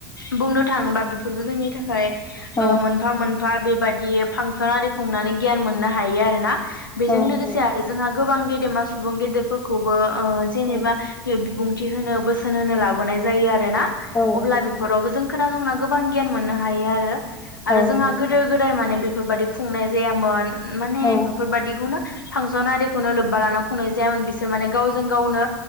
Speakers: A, on the left; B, on the left.
A: बुंनो थाङोबा बेफोरबो जोंनि थाखाय
B: औ
A: ओ मोनफा मोन बफा बेबायदि फांसन आरि खुंनानै गियान मोननो हायो आरोना। बेजों
B: औ नंगौ
A: लोगोसे आरो जोंहा गोबां गेदेमा सुबुं गेदेरफोरखौबो ओ जेनेबा
B: औ
A: बिबुं थि होनो बोसोन होनो लाबोनाय जायो आरो ना
B: औ नंगौ
A: अब्ला
B: नोंथां
A: बेफोरावबो जों खोनासंनांगौ गोबां गियान मोननो हायो आरो आरो
B: औ
A: जोंहा
B: नंगौ
A: गोदो गोदाय माने बे फोरबायादि खुंनाय जायामोन माने
B: औ
A: बेफोरबादिखौनो फांसन आरिखौनो लोब्बा लानां खुंनाय जायामोन बिसोर माने गावजों गावनो